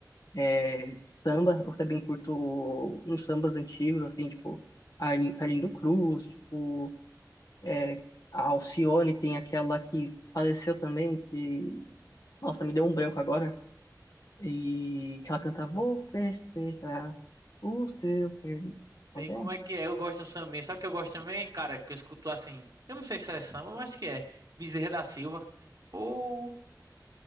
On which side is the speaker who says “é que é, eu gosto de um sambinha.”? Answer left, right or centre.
Right